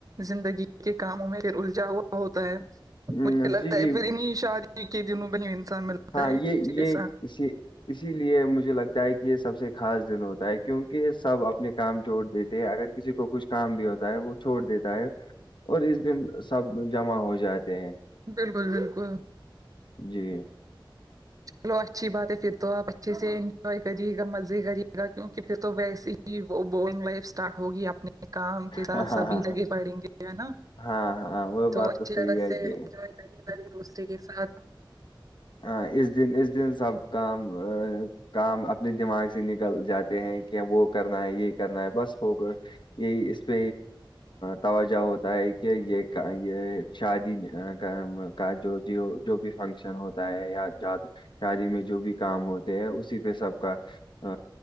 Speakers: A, on the right (about 45°); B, on the left (about 65°).
A: زندگی کے کاموں میں پھر الجا ہوا ہوتا ہے
B: ہم،
A: مجھے لگتا
B: جی جی
A: ہے پھر انیں شاد کے دنوں میں ہی انسان ملتا
B: ہاں
A: ہے
B: یہ
A: ایک دوسرے
B: یہ
A: کے ساتھ
B: اسی لیے مجھے لگتا ہے کہ یہ سب سے خاص دن ہوتا ہے کیونکہ سب اپنے کام چھوڑ دیتے ہیں اگر کسی کو کچھ کام بھی ہوتا ہے وہ چھوڑ دیتا ہے اور اس دن سب جمع ہو جاتے ہیں
A: بالکل بالکل
B: جی
A: چلو اچھی بات ہے پھر تو آپ اچھے سے انجوائے کرے گا مزے کریے گا کیونکہ پھر تو ویسے ہی وہ بورنگ لائف اسٹارٹ ہوگی اپنے کام کے ساتھ
B: ہاں ہاں
A: سبھی لگے
B: ہاں
A: پڑیں گے ہے نا
B: ہاں ہاں وہ
A: تو
B: بات
A: اچھی
B: صحیح
A: طرح
B: ہے
A: سے
B: کہ
A: انجوائے کرے گا ایک دوسرے کے ساتھ
B: ہ اس دن اس دن سب کا کام اپنے دماغ سے نکل جاتے ہیں کہ وہ کرنا ہے یہ کرنا ہے بس ہو کر یہی اس پ توجہ ہوتا ہے کہ یہ یہ شادی کا جو جو جو بھی فنکشن ہوتا ہے یا شادی میں جو بھی کام ہوتے ہے اسی پہ سب کا ا